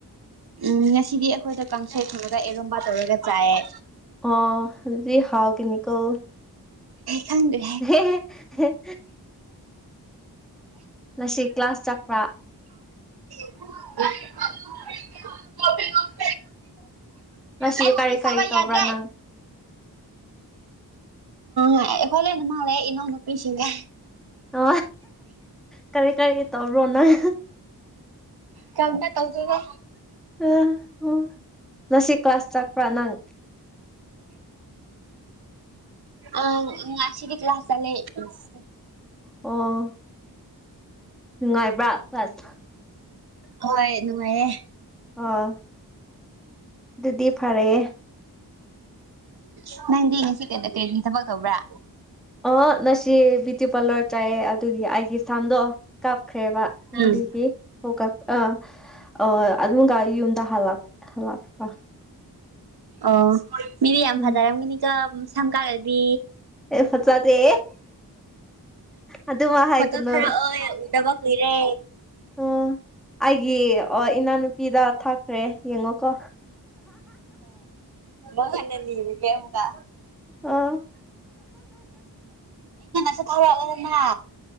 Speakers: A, on the right; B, in the centre.
A: ꯎꯝ ꯉꯁꯤꯗꯤ ꯑꯩꯈꯣꯏꯗꯣ ꯀꯥꯡꯁꯩ ꯊꯣꯡꯉꯒ ꯑꯦꯔꯣꯝꯕ ꯇꯧꯔꯒ ꯆꯥꯏꯑꯦ
B: ꯑꯗꯤ ꯍꯥꯏꯅꯤꯀꯣ
A: ꯈꯪꯗ꯭ꯔꯦꯍꯦ
B: ꯍ ꯉꯁꯤ ꯀ꯭ꯂꯥꯁ ꯆꯠꯄ꯭ꯔ
A: <inaudible> <inaudible>
B: ꯉꯁꯤ
A: ꯑꯩ
B: ꯀꯔꯤ
A: ꯋꯥꯔꯤ
B: ꯀꯔꯤ
A: ꯁꯥꯕ
B: ꯇꯧꯕ꯭ꯔꯥ
A: ꯌꯥꯗ꯭ꯔꯦ
B: ꯅꯪ
A: ꯑ ꯍꯂꯅ ꯃꯥꯂꯦ ꯏꯟꯅꯅ ꯄꯁꯤꯒ
B: ꯑ ꯀꯔꯤ ꯀꯔꯤ ꯇꯧꯕ꯭ꯔꯣ ꯅꯪ
A: ꯀꯔꯝꯅ ꯇꯧꯗꯣꯏꯅꯣ
B: ꯑ ꯎ ꯅꯁꯤ ꯀ꯭ꯂꯥꯁ ꯆꯥꯛꯄ꯭ꯔꯥ ꯅꯪ
A: ꯑ ꯉꯁꯤꯔꯤ ꯀ ꯂꯥꯁ ꯆꯦ <inaudible>
B: ꯑꯣ ꯅꯨꯡꯉꯥꯏꯕ꯭ꯔꯥ ꯐꯁ
A: ꯍꯣꯏ ꯅꯨꯡꯉꯥꯏꯌꯦ
B: ꯑꯣ ꯑꯗꯨꯗꯤ ꯐꯔꯦꯦ
A: ꯍ ꯁꯤ ꯀ ꯀꯩ ꯊꯕꯛ ꯇꯧꯕ꯭ꯔꯥ
B: ꯑ ꯉꯁꯤ ꯕꯌꯨꯇꯤ ꯄꯥꯔꯂꯔ ꯆꯥꯏꯑꯦ ꯑꯗꯨꯒꯤ ꯑꯩꯒꯤ ꯑꯁꯥꯝꯗꯣ ꯀꯥꯞꯈ꯭ꯔꯦꯕ ꯑꯗꯨꯒꯤ
A: ꯎꯝ
B: ꯍ ꯑꯥ ꯀ ꯌꯨꯝꯗ ꯍꯜꯂꯛ ꯍꯜꯂꯛꯄ
A: ꯑꯣ ꯃꯤꯗꯤ ꯌꯥꯝ
B: ꯎꯝ
A: ꯐꯖꯔꯝꯒꯅꯤꯒ ꯁꯝꯀꯥꯂꯗꯤ
B: ꯑꯦ ꯐꯖꯗꯦ ꯑꯗꯨꯃ ꯍꯥꯏꯒꯅꯨ
A: ꯍꯇ ꯍꯔ ꯑ ꯎꯗꯕꯔ ꯔ
B: ꯑ ꯑꯩꯒꯤ ꯏꯅꯥꯅꯨꯄꯤꯗ ꯊꯥꯛꯈ꯭ꯔꯦ ꯌꯦꯡꯉꯣꯀꯣ
A: ꯍ ꯅꯅꯤꯔ ꯀꯦꯃ
B: ꯑꯣ
A: <inaudible> ꯑ ꯑꯣꯃ